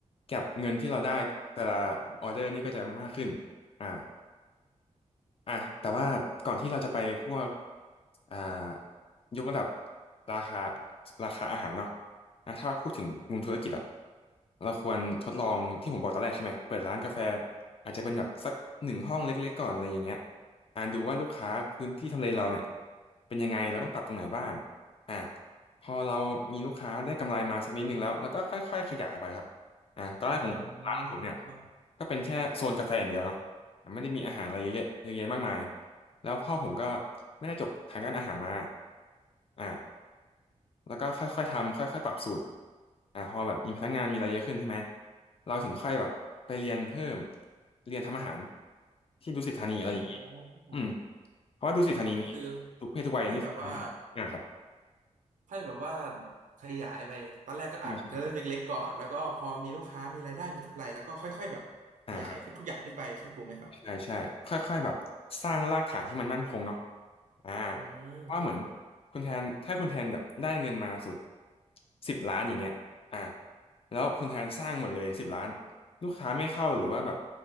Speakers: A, on the left; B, on the right.
A: กับเงินที่เราได้แต่ละออเดอร์นี่ก็จะมากขึ้นอ่า อ่ะแต่ว่าก่อนที่เราจะไปพวกอ่ายกระดับราคาราคาอาหารเนาะอ่ะถ้าพูดถึงมุมธุรกิจอะเราควรทดลองที่ผมบอกตอนแรกใช่ไหมเปิดร้านกาแฟอาจจะเป็นแบบสักหนึ่งห้องเล็กๆก่อนอะไรอย่างเงี้ยอ่าดูว่าลูกค้าพื้นที่ทำเลเราเนี่ยเป็นยังไงเราต้องปรับตรงไหนบ้างอ่ะพอเรามีลูกค้าได้กำไรมาสักนิดนึงแล้วแล้วก็ค่อยๆขยายไปครับอ่ะตอนแรกผมร้านของผมเนี่ย
B: อ๋อครับ
A: ก็เป็นแค่โซนกาแฟอย่างเดียวเนาะ ไม่ได้มีอาหารอะไรเยอะแยะเยอะแยะมากมายแล้วพ่อผมก็ไม่ได้จบทางด้านอาหารมาอ่าแล้วก็ค่อยๆทำค่อยๆปรับสูตรอ่าพอแบบมีพนักงานมีอะไรเยอะขึ้นใช่ไหมเราถึงค่อยแบบไปเรียนเพิ่มเรียนทำอาหารที่ดุสิตธานีอะไรอย่างงี้
B: อ๋อ
A: อืมเพราะว่าดุสิตธานีนี่
B: อ๋อก็คือ
A: ทุกเพศทุกวัยนี่สามารถได้อ่าครับ
B: ค่อยแบบว่า ค่อยแบบว่าขยายไปตอนแรกก็อาจจะเริ่มเล็กๆก่อนแล้วก็พอมีลูกค้ามีรายได้มีกำไรแล้วก็ค่อยๆแบบขยายขึ้นทุกอย่างขึ้นไปใช่ถูกไหมครับ
A: อ่าครับอ่าครับ ใช่ใช่ค่อยๆแบบสร้างรากฐานที่มันมั่นคงเนาะอ่า
B: อืมครับผม
A: เพราะว่าเหมือนคุณแทนถ้าคุณแทนแบบได้เงินมาสุดสิบล้านอย่างเงี้ยอ่าแล้วคุณแทนสร้างหมดเลยสิบล้านลูกค้าไม่เข้าหรือว่าแบบ